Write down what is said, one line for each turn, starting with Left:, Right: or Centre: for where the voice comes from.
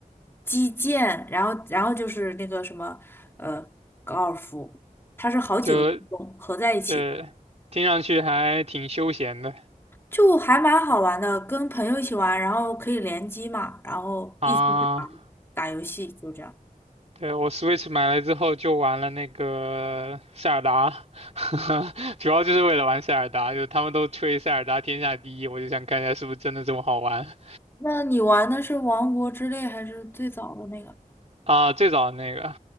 Left: 击剑，然后，然后就是那个什么，呃，高尔夫，它是好几个运动合在一起，
Right: 就对，听上去还挺休闲的
Left: 就还蛮好玩的，跟朋友一起玩，然后可以联机嘛，然后一起打打游戏，
Right: 啊。
Left: 就这样。
Right: 对，我 Switch 买来之后就玩了那个塞尔达，<laughs> 主要就是为了玩塞尔达，就他们都吹塞尔达天下第一，我就想看一下是不是真的这么好玩
Left: 那你玩的是《王国之泪》还是最早的那个？
Right: 啊、最早的那个，